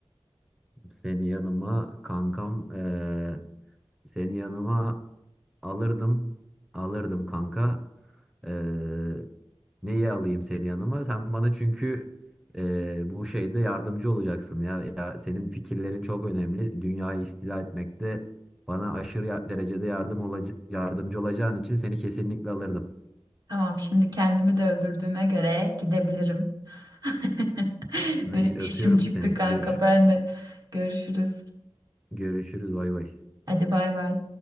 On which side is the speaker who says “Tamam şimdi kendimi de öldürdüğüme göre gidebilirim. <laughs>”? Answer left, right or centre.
Right